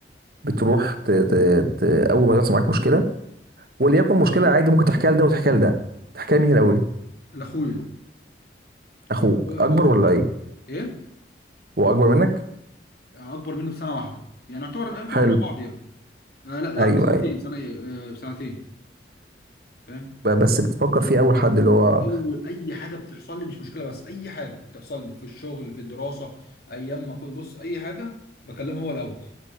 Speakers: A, on the right (about 55°); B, on the left (about 60°).
A: بتروح ت... ت... ت... اول ما يحصل معاك مشكله وليكن مشكله عادي ممكن تحكيها لده وتحكيها لده تحكيها لمين الاول
B: لاخويا
A: اخوك
B: اخويا اه
A: اكبر ولا
B: ايوه
A: ايه
B: ايه
A: هو اكبر منك
B: اكبر مني بسنه واحده يعني يعتبر يعتبر
A: حلو
B: مع بعض يعني آه لا لا
A: ايوه
B: بسنتين
A: ايوه
B: سنه ايه آه بسنتين فاهم
A: ب- بس بتفكر فيه اول حد اللي هو
B: اول اي حاجه بتحصل لي مش مشكله بس اي حاجه بتحصل لي في الشغل في الدراسه ايام ما كنت بص اي حاجه بكلمه هو الاول